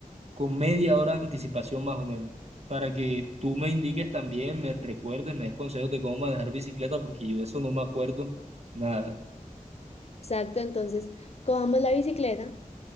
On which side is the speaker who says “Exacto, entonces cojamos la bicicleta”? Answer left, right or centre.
Left